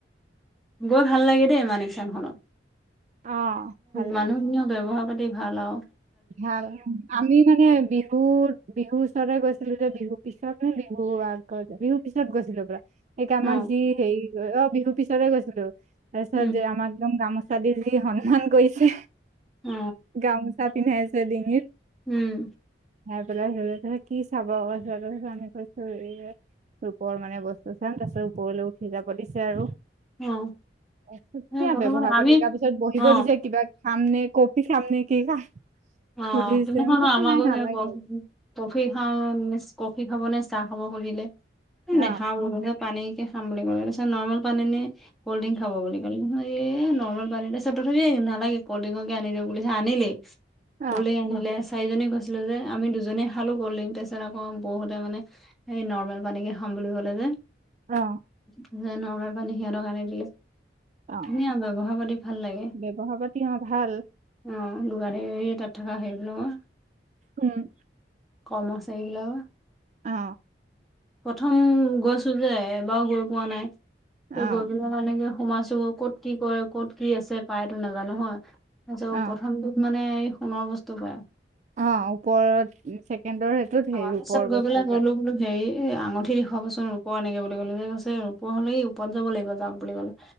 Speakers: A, in the centre; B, on the right (about 40°).
A: গৈ ভাল লাগে দেই মানিক চান খনত।
B: অ ভাল
A: মানুহখিনিও
B: লাগে
A: ব্যৱহাৰ পাতি ভাল আউ।
B: ভাল। আমি মানে বিহুত বিহুৰ ওচৰতে গৈছিলো যে বিহুৰ পিছতহে বিহু আগত বিহুৰ পিছত গৈছিলো হ'বলা। সেইকে আমাক
A: অ',
B: যি হেৰি অ বিহুৰ পিছতে গৈছিলো। তাৰপিছত
A: উম।
B: আমাক একদম গামোচা সিহাতেজি সন্মান কৰিছে,
A: অ',
B: গামোচা পিন্ধাইছে ডিঙিত।
A: উম।
B: গৈ পেলাই সিহঁতে কলে কি চাব তাৰপিছত আমি কৈছো এইয়াই ৰূপৰ মানে বস্তু চাম। তাৰপিছত ওপৰলৈ উঠি যাব দিছে আৰু।
A: অ।
B: সেইয়াই
A: সেই প্ৰথমতে
B: ব্যৱহাৰ
A: আমি
B: পাতি। তাৰ পিছত বহিব
A: অ',
B: দিছে কিবা খাম নে, কফি খাম নে কি খাম?
A: অ
B: সুধিছে
A: সেইদিনাখন
B: মই কৈছো
A: ও আমাকো
B: নাই নালাগে
A: সেই কফি খা খাব নে চাহ খাব সুধিলে এ'
B: অ
A: নেখাওঁ বুলি পানী কে খাম বুলি ক'লো। তাৰপিছত নৰ্মেল পানী নে কল্ড ড্ৰিংক খাব বুলি ক'লে নহয়। এ' নৰ্মেল পানী এ' নেলাগেই তথাপিও নালাগে কল্ড ড্ৰিংককে আনি দওঁ বুলি আনিলেই।
B: অ
A: কল্ডড্ৰিং আনিলে। চাৰিজনী গৈছিলো যে আমি দুজনীয়ে খালো কল্ড ড্ৰিং তাৰ পিছত আকৌ বও হ'তে মানে এই নৰ্মেল পানীকে খাম- বুলি ক'লে যে।
B: অঁ
A: নৰ্মেল পানী সিহঁতক আনি দিলে।
B: অ
A: ধুনীয়া ব্যৱহাৰ পাতি ভাল লাগে,
B: ব্যৱহাৰ পাতি অ ভাল
A: অ। দোকানী তাত থকা সেইবিলাক
B: উম।
A: কৰ্মচাৰী বিলাকো
B: অ।
A: প্ৰথম গৈছো যে এবাৰো গৈ পোৱা নাই। ত'
B: অ
A: গৈ পেলাই সেনেকে সোমাইছোগৈ ক'ত কি কৰে, ক'ত কি আছে পায়টো নাজানো হয়। তাৰপিছত
B: অ
A: প্ৰথমটোত মানে সোণৰ বস্তু পায়।
B: অ ওপৰত ছেকেণ্ডৰ সেইটোত সেই
A: আমাৰ
B: ৰূপৰ
A: পিছত গৈ
B: বস্তু
A: পেলাই ক'লো
B: পায়
A: বোলো হেৰি এ' আঙুঠি দেখুৱাবচোন। ৰূপৰ এনেকে বুলি ক'লো কৈছে ৰূপৰ হ'লে এই ওপৰত যাব লাগিব যাওঁক বুলি ক'লে।